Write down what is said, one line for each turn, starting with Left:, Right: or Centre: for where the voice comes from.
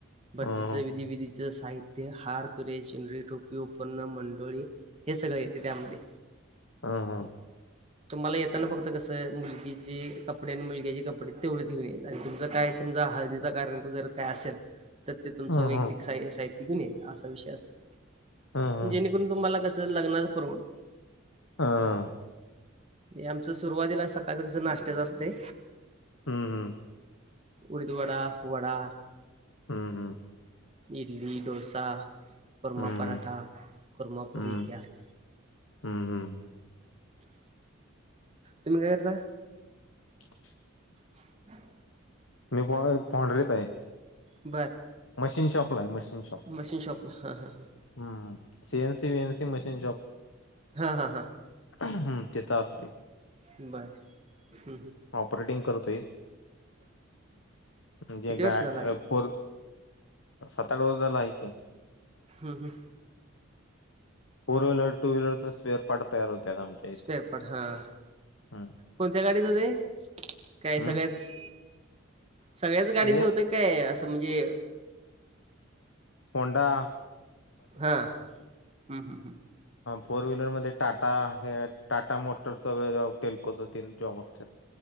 Right: भटजीच
Left: हां,
Right: विधी बिधी विधीच साहित्य हार. तुरे चिनरी टोपी उपनम मंडोळी हे सगळं येते त्यामध्ये
Left: ह हा.
Right: तुम्हाला येताना फक्त कसं मुलगीचे कपडे आणि मुलग्याचे कपडे तेवढे. तुमच काय समजा हळदीच कार्यक्रम काय आसेल तर ते तुमचं
Left: हां,
Right: वैयक्तिक
Left: हां,
Right: साही सही. असा विषय असत
Left: हां, हां.
Right: जेणेकरून तुम्हाला कस लग्नाच परवडत.
Left: ह.
Right: आमचं सुरुवातीला सकाळचं कसं नाश्ट्याचं असतय.
Left: हम् हम्म.
Right: उडीदवडा, वडा
Left: हम् हम्
Right: इडली, डोसा, कुर्मा
Left: हं,
Right: पराठा,
Left: हं,
Right: कुर्मा पुरी
Left: हं,
Right: हे असतं.
Left: हं, हं.
Right: तुम्ही काय करता?
Left: <inaudible>
Right: <inaudible>
Left: मी <unintelligible> फॅन्ड्रीत आहे.
Right: बरं
Left: मशीन शॉपलाये, मशीन शॉप.
Right: मशीन शॉपला हां हां हां.
Left: हं सीएनसी, व्हीएमसी मशीन शॉप.
Right: हा हा हा
Left: हम्म ते तं असतोय.
Right: बाय हं हं.
Left: ऑपरेटिंग करतोय, म्हणजे
Right: किती वर्ष
Left: गा
Right: झाला आहे
Left: पर सात आठ वर्ष झालं आहे की.
Right: ह हं
Left: फोर व्हीलर, टू व्हीलरचा स्पेअर पार्ट तयार होत्या आमच्या इथं.
Right: स्पेअर पार्ट हां
Left: हम्
Right: कोणत्या गाडीचं ते काय
Left: हं.
Right: सगळ्याच? सगळ्याच गाडींचं
Left: म्हणजे
Right: होतंय काय, असं म्हणजे
Left: होंडा
Right: हां ह ह
Left: फोर व्हीलरमध्ये टाटा, हे टाटा मोटर्सचं वेगळे, टेल्कोचे तीन जॉब असतात.